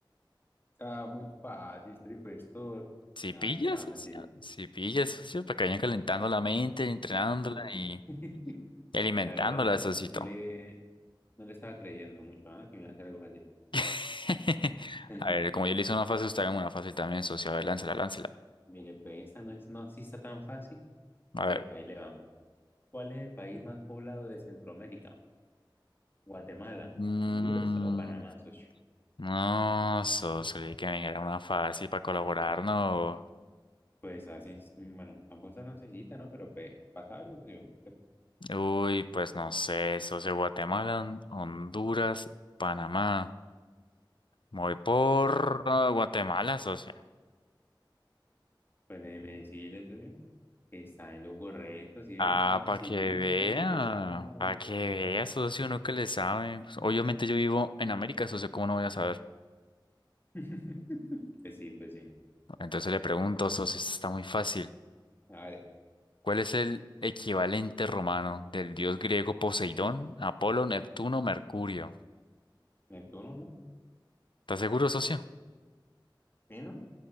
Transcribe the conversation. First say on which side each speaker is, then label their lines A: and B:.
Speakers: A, on the left; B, on the left.
A: Ah, muy fácil, precursor.
B: Si
A: Nada,
B: pillas,
A: sí estaba
B: socio.
A: fácil.
B: Si pillas, socio, para que vayan calentando la mente, entrenándola
A: Sí.
B: y
A: <laughs>
B: y alimentándola,
A: La verdad,
B: socito.
A: no le, no le estaba creyendo mucho, ¿ah? Que me iba a hacer algo fácil.
B: <laughs>
A: <laughs>
B: A ver, como yo le hice una fase, usted haga una fase también, socio. A ver, láncela, láncela.
A: Mire, pues esta no es, no, sí está tan fácil,
B: A
A: pero
B: ver.
A: pues ahí le va. ¿Cuál es el país más poblado de Centroamérica? ¿Guatemala,
B: Mm,
A: Honduras o Panamá, socio?
B: no, socio, le dije que me dijera una fácil para colaborar, no.
A: Pues así, es, mm, bueno, tampoco está tan sencillita, ¿no? Pero pues, pasable, socio.
B: Uy, pues no sé, socio, Guatemala, Hon- Honduras, Panamá. Me Voy por ah, Guatemala, socio.
A: Pues déjeme decirle, socio, que está en lo correcto, si ve,
B: Ah,
A: estaba sencillito,
B: para que vea,
A: si le sabe.
B: para que vea, socio, uno que le sabe. Pues, obviamente yo vivo en América, socio, ¿cómo no voy a saber?
A: <laughs> Pues sí, pues sí.
B: Entonces le pregunto, socio, esto está muy fácil.
A: Vale,
B: ¿Cuál es el equivalente romano del dios griego Poseidón, Apolo, Neptuno, Mercurio?
A: Neptuno, ¿no?
B: ¿Estás seguro, socio?
A: ¿Sí, no?